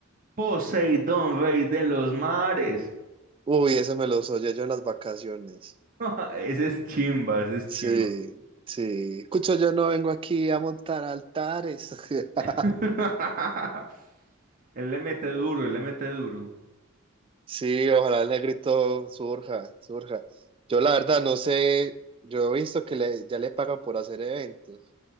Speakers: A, on the right; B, on the right.
A: Poseidón, rey de los mares.
B: Uy, ese me los oye yo en las vacaciones.
A: <laughs> Ese es chimba, ese es
B: Sí,
A: chimba.
B: sí. Escucho, yo no vengo aquí a montar altares. <laughs>
A: <laughs> Él le mete duro, él le mete duro.
B: Sí, ojalá el negrito surja, surja. Yo la verdad no sé, yo he visto que le, ya le pagan por hacer eventos,